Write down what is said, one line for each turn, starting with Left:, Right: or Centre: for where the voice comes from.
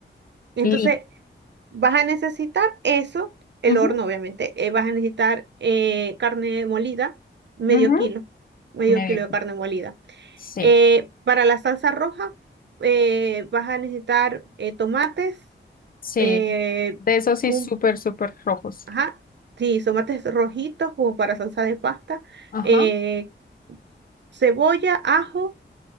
Right: Entonces,
Left: Listo.
Right: vas a necesitar eso, el
Left: Ujú,
Right: horno, obviamente. eh, vas a necesitar eh, carne molida, medio
Left: ujú,
Right: kilo, medio
Left: medio.
Right: kilo de carne molida.
Left: Sí,
Right: Eh, para la salsa roja, eh, vas a necesitar eh, tomates,
Left: sí.
Right: eh,
Left: De esos sí,
Right: un,
Left: súper, súper rojos.
Right: ajá, sí, tomates rojitos como para salsa de pasta,
Left: Ajá.
Right: eh, cebolla, ajo.